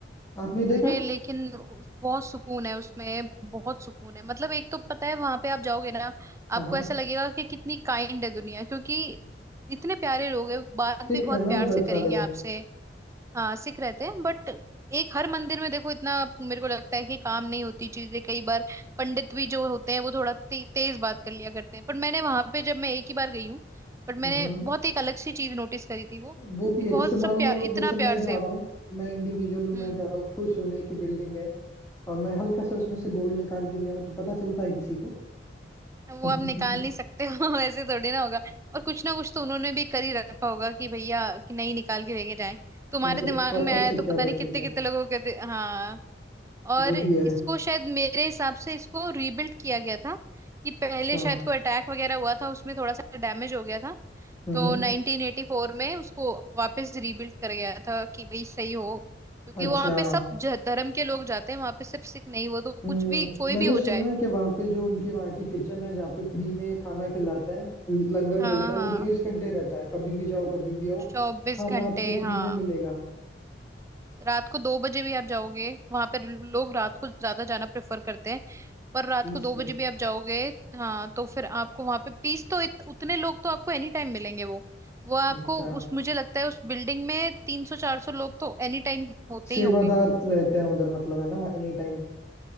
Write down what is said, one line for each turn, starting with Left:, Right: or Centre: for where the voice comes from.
Left: आपने देखा
Right: अरे लेकिन उस- बहुत सुकून है उसमें बहुत सुकून है मतलब एक तो पता है वहां पे आप जाओगे ना
Left: हाँ
Right: आपको
Left: हाँ
Right: ऐसा लगेगा कि कितनी काइंड है दुनिया क्योंकि इतने प्यारे लोग हैं बात
Left: सिख
Right: भी बहुत
Left: है ना
Right: प्यार
Left: उधर
Right: से करेंगे
Left: सारे
Right: आपसे हाँ सिख रहते हैं बट एक हर मंदिर में देखो इतना मेरे को लगता है कि काम नहीं होती चीजें कई बार पंडित भी जो होते हैं वो थोड़ा ते, तेज बात कर लिया करते हैं पर मैंने वहां पे जब मैं एक ही बार गई हूँ बट मैंने
Left: हम्म
Right: बहुत एक अलग सी चीज नोटिस करी थी वो
Left: वो भी
Right: कि बहुत
Left: है जैसे मान
Right: सब प्यार
Left: लो
Right: इतना
Left: जैसे
Right: प्यार
Left: मैं
Right: से
Left: जा रहा हूँ मैं इंडिविजुअल हूँ
Right: हम्म
Left: मैं जा रहा हूँ फुल सोने की बिल्डिंग है और मैं हल्का सा उसमें से गोल्ड निकाल के ले आऊँ तो पता चलता है किसी को <laughs>
Right: वो
Left: अच्छा
Right: आप निकाल नहीं सकते हो <laughs> ऐसे थोड़ी ना होगा और कुछ ना कुछ तो उन्होंने भी कर ही रखा होगा कि भैया कि नहीं निकाल के लेके जाए तुम्हारे
Left: मतलब
Right: दिमाग
Left: प्रॉपर
Right: में आया
Left: सिक्योरिटी
Right: तो पता नहीं कितने
Left: है
Right: कितने लोगों के दि- हाँ और
Left: वो
Right: इसको
Left: भी है
Right: शायद मेरे हिसाब से इसको रीबिल्ड किया गया था कि पहले
Left: अच्छा
Right: शायद कोई अटैक वगैरह हुआ था उसमें थोड़ा सा डैमेज हो गया था
Left: हम्म
Right: तो 1984 में उसको वापस रीबिल्ड कर गया था कि भाई सही हो क्योंकि
Left: अच्छा
Right: वहां पे सब ज- धर्म के लोग जाते हैं वहां पे सिर्फ सिख नहीं वो तो
Left: हम्म
Right: कुछ भी कोई
Left: मैंने
Right: भी हो
Left: सुना
Right: जाए
Left: है कि वहाँ पे जो उनकी वहाँ की किचन है जहाँ पे फ्री में खाना खिलाते हैं लंगर
Right: हाँ
Left: बोलते हैं
Right: हाँ
Left: वो चौबीस घंटे रहता है कभी भी जाओ कभी भी आओ
Right: चौबीस
Left: खाना
Right: घंटे
Left: आपको फ्री
Right: हाँ
Left: में मिलेगा
Right: रात को दो बजे भी आप जाओगे वहां पर लोग रात को ज्यादा जाना प्रेफर करते हैं पर रात
Left: पीस
Right: को दो
Left: में
Right: बजे भी आप जाओगे हाँ तो फिर आपको वहां पे पीस तो इत, उतने लोग तो आपको एनी टाइम मिलेंगे वो वो आपको
Left: अच्छा
Right: उस मुझे लगता है उस बिल्डिंग में तीन सौ चार सौ लोग तो एनी टाइम होते
Left: सेवादार
Right: ही होंगे
Left: रहते हैं उधर मतलब है ना एनी टाइम